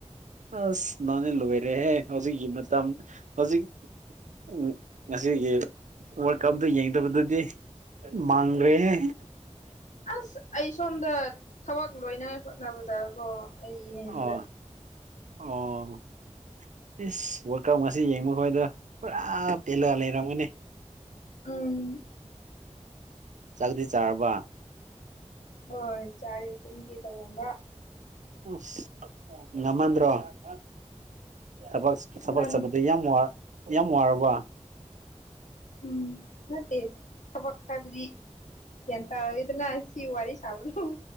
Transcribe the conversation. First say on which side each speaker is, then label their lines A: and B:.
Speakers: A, on the right (about 85°); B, on the left (about 85°).
A: ꯑꯁ ꯅꯪꯗꯤ ꯂꯣꯏꯔꯦꯍꯦ ꯍꯧꯖꯤꯛꯀꯤ ꯃꯇꯝ ꯍꯧꯖꯤꯛ ꯎꯝ ꯉꯁꯤꯒꯤ ꯋꯥꯔ ꯀꯞꯇꯨ ꯌꯦꯡꯗꯕꯗꯨꯗꯤ ꯑꯦ ꯃꯥꯡꯒ꯭ꯔꯦꯍꯦ
B: ꯑꯁ ꯑꯩ ꯁꯣꯝꯗ ꯊꯕꯛ ꯂꯣꯏꯅꯉꯥꯏ ꯍꯣꯠꯅꯕꯗ ꯑꯣ ꯑꯩ ꯌꯦꯡꯗ꯭ꯔꯦ
A: ꯑꯣ ꯑꯣ ꯏꯁ ꯋꯥꯔꯜ ꯀꯞ ꯉꯁꯤ ꯌꯦꯡꯕ ꯈꯣꯏꯗꯣ ꯄꯨꯔꯥ ꯄꯦꯜꯂ ꯂꯩꯔꯝꯒꯅꯤ
B: ꯎꯝ
A: ꯆꯥꯛꯇꯤ ꯆꯥꯔꯕ
B: ꯍꯣꯏ ꯆꯥꯔꯦ ꯇꯨꯝꯒꯦ ꯇꯧꯔꯝꯕ
A: ꯎꯁ ꯑꯥ ꯉꯟꯃꯟꯗ꯭ꯔꯣꯪꯑꯥ ꯑꯥ ꯑꯛ ꯑꯁ ꯊꯕꯛ ꯊꯕꯛ
B: ꯉꯟ
A: ꯆꯠꯄꯗꯨ ꯌꯥꯝ ꯋꯥꯔ ꯌꯥꯝ ꯋꯥꯔꯕꯣ
B: ꯎꯝ ꯅꯠꯇꯦ ꯊꯕꯛ ꯍꯥꯏꯕꯗꯤ ꯒ꯭ꯌꯥꯟ ꯇꯥꯔꯦꯗꯂꯥ ꯁꯤ ꯋꯥꯔꯤ ꯁꯥꯕꯗꯣ ꯍꯝ